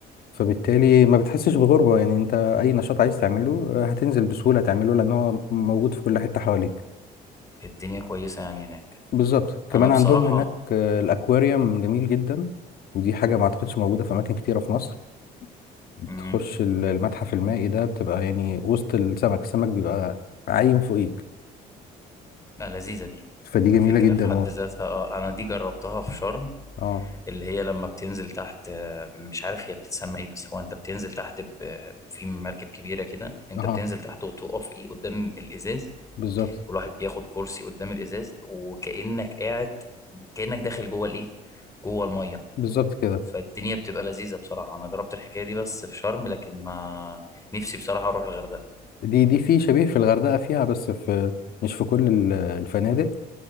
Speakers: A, on the left; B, on the left.
A: فبالتالي ما بتحسش بغربة يعني انت اي نشاط عايز تعمله آه، هتنزل بسهولة تعمله لان هو موجود في كل حتة حواليك
B: الدنيا كويسه يعني هناك
A: بالظبط كمان
B: انا بصراحه
A: عندهم هناك آه، الاكواريوم جميل جدا ودي حاجة ما اعتقدش موجودة في اماكن كتيرة في مصر بتخش
B: مم،
A: ال- المتحف المائي ده بتبقى يعني وسط السمك السمك بيبقى عايم فوقيك
B: لذيذه دي
A: فدي جميلة
B: فكره
A: جدا
B: في حد
A: و...
B: ذاتها اه انا دي جربتها في شرم
A: اه
B: اللي هي لما بتنزل تحت آه، مش عارف هي بتتسمى ايه بس هو انت بتنزل تحت ب- آه، في مركب كبيره كده انت
A: اه
B: بتنزل تحت وتقف ايه قدام الازاز
A: بالظبط
B: كل واحد بياخد كرسي قدام الازاز وكانك قاعد كانك داخل جوه الايه جوه الميه
A: بالظبط كده
B: فالدنيا بتبقى لذيذه بصراحه انا جربت الحكايه دي بس في شرم لكن ما نفسي بصراحه اروح الغردقه
A: دي دي في شبيه في الغردقة فيها بس في مش في كل ال- الفنادق